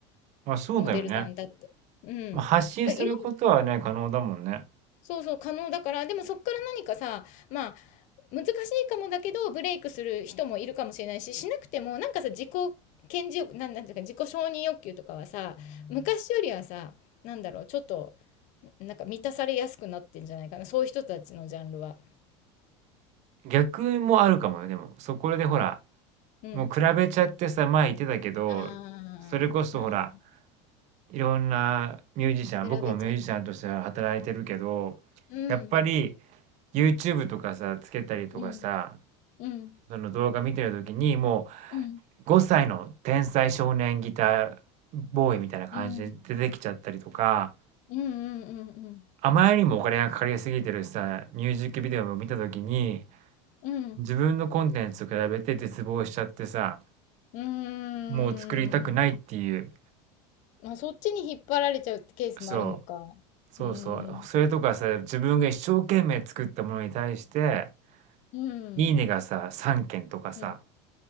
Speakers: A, on the right (about 50°); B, on the left (about 55°).
A: まあそうだよね。
B: モデルさんだって。うん。
A: まあ、
B: だからいろん、
A: 発信することはね、可能だもんね。
B: そうそう、可能だから、でもそっから何かさ、まあ、難しいかもだけどブレイクする人もいるかもしれないししなくてもなんかさ自己顕示欲なんなんていうか自己承認欲求とかはさ昔よりはさなんだろうちょっとなんか満たされやすくなってんじゃないかなそういう人たちのジャンルは。
A: 逆もあるかもよ、でも。そこでほら、
B: うん、
A: もう比べちゃってさ、前言ってたけど、
B: ああまあ
A: それこそほら、いろんなミュージシャン、
B: 比べちゃう
A: 僕もミュージシャンとして働いてるけど、
B: うん
A: やっぱり YouTube とかさ、つけたりとかさ、
B: うんうん
A: その動画見てるときに、も
B: うん
A: う、5歳の天才少年ギターボーイみたいな感じで出てきちゃったりとか、
B: うんうんうんうん
A: あまりにもお金がかかりすぎてるさ、ミュージックビデオを見たときに、
B: うんうん
A: 自分のコンテンツと比べて絶望しちゃってさ、
B: うーん
A: もう作りたくないっていう、
B: まあそっちに引っ張られちゃうってケースもあるのか。
A: そう、そうそう、
B: うーん
A: それとかさ、自分が一生懸命作ったものに対して、
B: うん
A: いいねがさ、3件とかさ、
B: うん